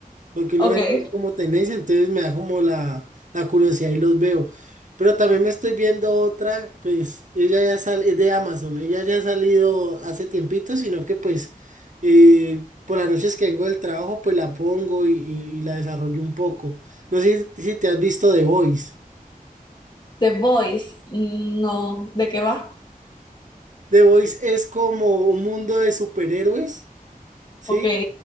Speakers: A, on the right; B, on the left.
A: Lo que uno
B: Ok.
A: ve como tendencia, entonces me da como la, la curiosidad y los veo. Pero también me estoy viendo otra, pues ella ya sale, es de Amazon, ella ya ha salido hace tiempito, sino que pues eh, por las noches que vengo del trabajo, pues la pongo y, y- y la desarrollo un poco. No sé si, si te has visto The Voice.
B: The Voice, mm, no. ¿De qué va?
A: The Voice es como un mundo de superhéroes, ¿sí?
B: Ok,